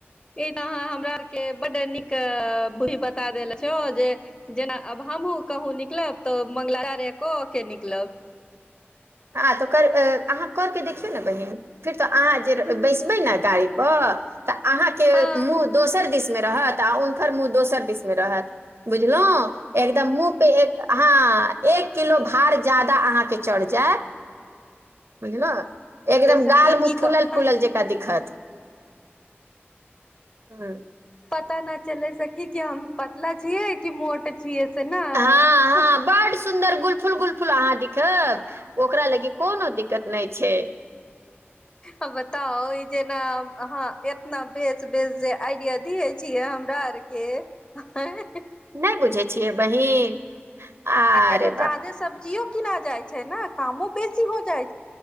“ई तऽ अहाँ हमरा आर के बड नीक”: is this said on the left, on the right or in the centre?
Left